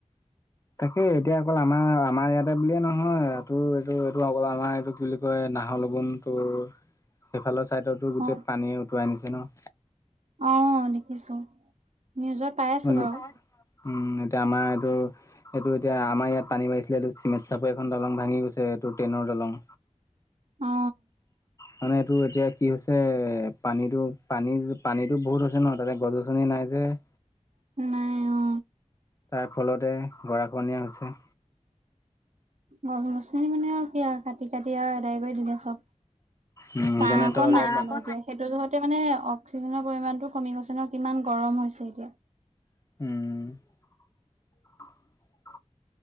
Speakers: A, on the left; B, on the right.
A: তাকে এতিয়া অকল আমাৰ আমাৰ ইয়াতে বুলিয়ে নহয় এইটো এইটো এইটো অকল আমাৰ এইটো কি বুলি কয় নাহৰ লগুন টোৰ সেইফালৰ চাইডতো গোটেই
B: অ
A: পানীয়ে উটুৱাই নিছে ন
B: অ দেখিছো নিউজত পাই আছো
A: উম
B: বাৰু
A: এতিয়া আমাৰ এইটো এইটো এতিয়া আমাৰ ইয়াত পানী বাঢ়িছিলেটো চিমেট চাপৰ এখন দলং ভাঙি গৈছে এইটো ট্ৰেইনৰ দলং
B: অ
A: মানে এইটো এতিয়া কি হৈছে এ পানীটো পানী পানীতো বহুত হৈছে ন তাতে গছ গছনি নাই যে তাকে
B: নাই অ
A: তাৰ ফলতে গৰা খহনীয়া হৈছে
B: গছ গছনি মানে আৰু কাটি কাটি আৰু আদাই কৰি দিলে চব
A: উম
B: চাহ
A: সেইকাৰণে
B: অকণ
A: তই অলপ
B: নাই মানে এতিয়া সেইটো জহতে মানে অক্সিজেনৰ পৰিমানটো কমি গৈছে ন কিমান গৰম হৈছে এতিয়া
A: উম